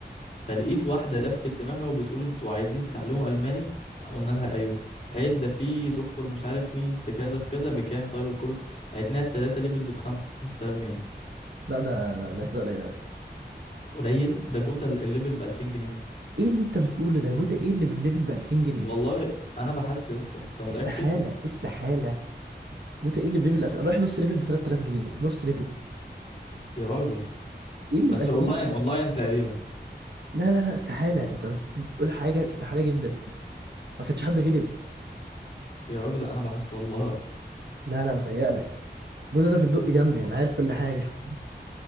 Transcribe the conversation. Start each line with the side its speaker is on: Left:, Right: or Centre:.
Left: فلقيت واحده لفت دماغها وبتقول انتوا عايزين تتعلموا الماني قلنا لها ايوه قالت ده في دكتور مش عارف مين في كذا في كذا بكام طيب الكورس قالت لنا التلاته ليفلز ب 5000 جنيه
Right: لا ده لا ده كده قليل قوي
Left: قليل ده جوتا الليفل ب 2000 جنيه
Right: ايه اللي انت بتقوله ده جوتا ايه اللي بليفل ب 2000 جنيه
Left: والله انا بحثت يا اسطى انت متاكد
Right: استحاله استحاله جوتا ايه اللي بليفل 2000 رايح نص ليفل ب 3000 جنيه نص ليفل
Left: يا راجل
Right: ايه اللي
Left: بس
Right: ب 2000
Left: اونلاين اونلاين تقريبا
Right: لا لا لا استحاله انت بتقول حاجه استحاله جدا ما كانش حد غلب
Left: يا راجل انا بحثت والله
Right: لا لا متهيألك جوده ده في الدق جنبي انا عارف كل حاجه <laughs>